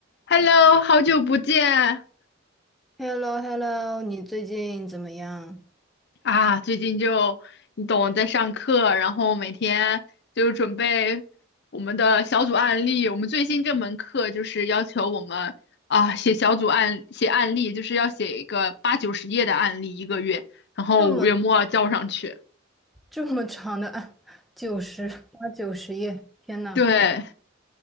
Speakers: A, on the left; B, in the centre.
A: Hello，好久不见
B: h e l l o h e l l o 你最近怎么样？
A: 啊！最近就你懂，在上课，然后每天就准备我们的小组案例。我们最新这门课就是要求我们啊写小组案，写案例，就是要写一个八九十页的案例一个月，然后五月末交上去。
B: 这么这么长的啊，九十八九十页，天呐，
A: 对，